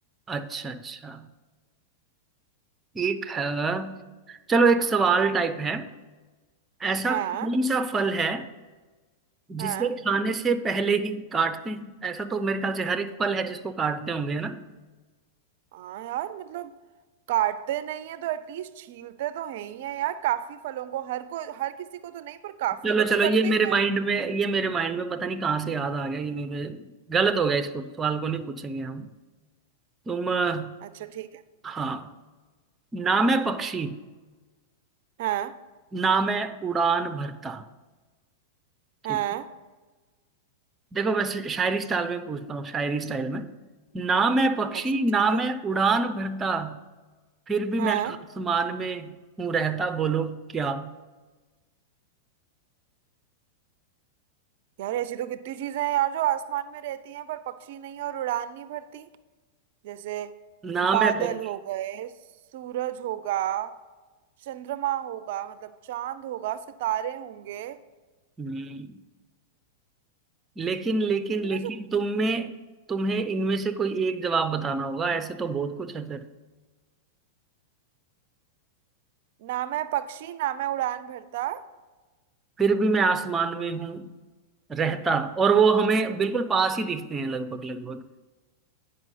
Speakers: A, on the right; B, on the right.
A: अच्छा अच्छा एक है चलो एक सवाल टाइप है ऐसा
B: हाँ
A: कौन सा फल है जिसे
B: हाँ
A: खाने से पहले ही काटते हैं ऐसा तो मेरे ख्याल से हर एक फल है जिसको काटते होंगे है ना
B: हाँ यार मतलब काटते नहीं है तो एटलीस्ट छीलते तो है ही है यार काफी फलों को हर को हर किसी को तो नहीं पर काफी
A: चलो
B: को तो
A: चलो ये
B: करते
A: मेरे
B: ही
A: माइंड
B: है
A: में ये मेरे माइंड में पता नहीं कहाँ से याद आ गया ये मेरे गलत हो गया इसको सवाल को नहीं पूछेंगे हम तुम अ,
B: अच्छा ठीक है
A: हाँ नाम है पक्षी
B: हाँ
A: नाम है उड़ान भरता ठीक
B: हाँ
A: देखो मैं शायरी स्टाइल में पूछता हूँ शायरी स्टाइल में नाम है पक्षी
B: अच्छा ठीक
A: नाम
B: है
A: है उड़ान भरता फिर भी
B: हाँ
A: मैं आसमान में हूँ रहता बोलो क्या
B: यार ऐसी तो कितनी चीजें हैं यार जो आसमान में रहती हैं पर पक्षी नहीं और उड़ान नहीं भरती जैसे
A: नाम
B: बादल
A: है पक्षी
B: हो गए सूरज होगा चंद्रमा होगा मतलब चांद होगा सितारे होंगे
A: हम्म, लेकिन लेकिन
B: इनमें
A: लेकिन
B: से
A: तुम्हें तुम्हें इनमें से कोई एक जवाब बताना होगा ऐसे तो बहुत कुछ है फिर
B: ना मैं पक्षी ना मैं उड़ान भरता
A: फिर भी मैं आसमान में हूँ रहता और वो हमें बिल्कुल पास ही दिखते हैं लगभग लगभग